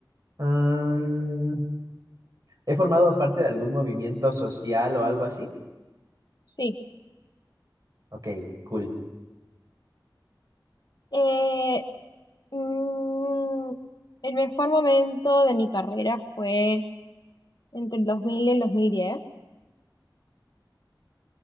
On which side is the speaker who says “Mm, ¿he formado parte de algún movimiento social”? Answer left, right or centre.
Right